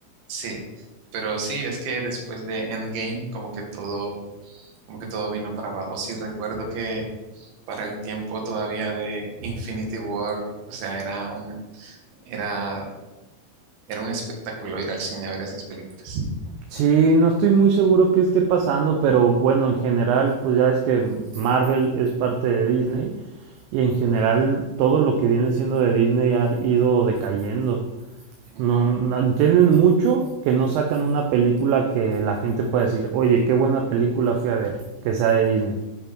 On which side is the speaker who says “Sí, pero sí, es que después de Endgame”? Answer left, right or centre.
Right